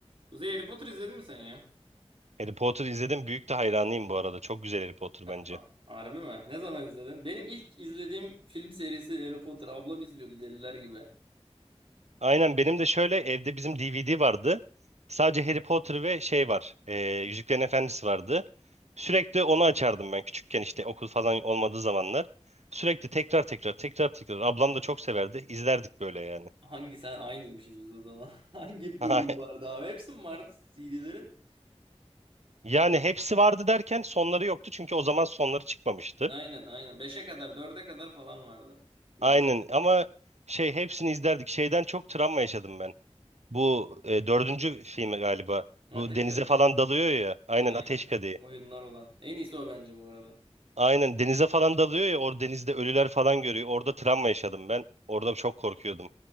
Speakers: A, on the right (about 55°); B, on the right (about 80°).
A: Kuzey Harry Potter izledin mi sen ya?
B: Harry Potter izledim. Büyük de hayranıyım bu arada. Çok güzel Harry Potter
A: A-
B: bence.
A: a- Harbi mi? Ne zaman izledin? Benim ilk izlediğim film serisi Harry Potter. Ablam izliyordu deliler gibi.
B: Aynen benim de şöyle evde bizim DVD vardı. Sadece Harry Potter ve şey var. E, Yüzüklerin Efendisi vardı. Sürekli onu açardım ben küçükken işte okul falan olmadığı zamanlar. Sürekli tekrar tekrar tekrar tekrar. Ablam da çok severdi. İzlerdik böyle yani.
A: Hangi sen aynıymışız biz o zaman. <laughs> Hangi
B: <laughs>
A: bölümü vardı abi? Hepsi mi vardı CD'lerin?
B: Yani hepsi vardı derken sonları yoktu. Çünkü o zaman sonları çıkmamıştı.
A: Aynen aynen. beşe kadar dörde kadar falan vardı. Biz
B: Aynen ama şey hepsini izlerdik. Şeyden çok travma yaşadım ben. Bu e, dördüncü filmi galiba.
A: Ateş
B: Bu denize
A: Kadehi.
B: falan dalıyor ya. Aynen
A: Aynen.
B: Ateş Kadehi.
A: Oyunlar olan. En iyisi o bence bu arada.
B: Aynen denize falan dalıyor ya. Orada denizde ölüler falan görüyor. Orada travma yaşadım ben. Orada çok korkuyordum.